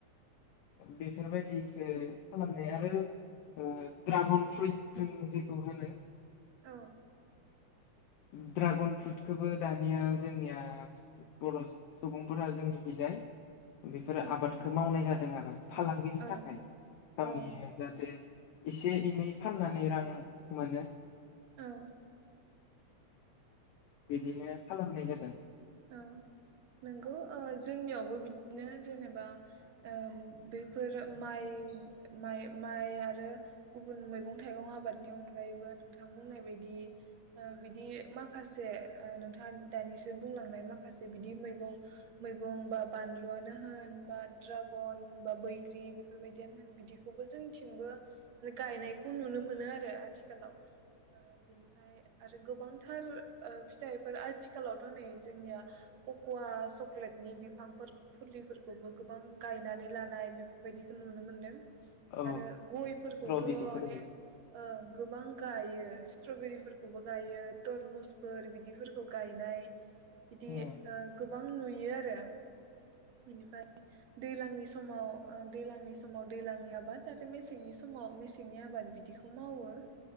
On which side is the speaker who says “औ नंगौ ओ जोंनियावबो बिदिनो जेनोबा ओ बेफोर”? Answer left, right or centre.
Right